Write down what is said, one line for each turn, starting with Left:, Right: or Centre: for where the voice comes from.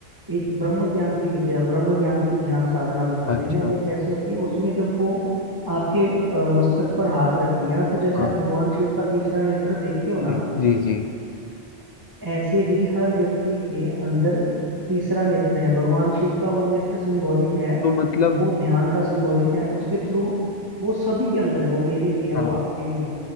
Right: एक ब्रह्म ज्ञान की विद्या ब्रह्म ज्ञान की ध्यान साधना बताते
Left: अच्छा
Right: हैं वो कैसे होती है उसमें जब वो आपके अ, मस्तक पर हाथ रखेंगे ना तो जैसे
Left: हाँ
Right: आप भगवान शिव का तीसरा नेत्र देखते हो ना
Left: जी जी जी।
Right: ऐसे ही हर व्यक्ति के अंदर तीसरा नेत्र है भगवान शिव का वो नेत्र सिंबॉलिक है
Left: तो मतलब
Right: वो ध्यान का सिंबॉलिक है उसके थ्रू वो सभी के अंदर है वो मेरे भी है
Left: हाँ
Right: वो आपके भी है